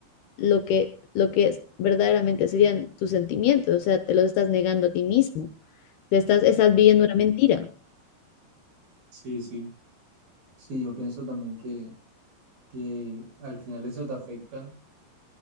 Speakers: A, on the left; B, on the right.
A: lo que, lo que es, verdaderamente serían tus sentimientos, o sea, te los estás negando a ti mismo, te estás, estás viviendo una mentira,
B: Sí, sí. Sí, yo pienso también que, que al final eso te afecta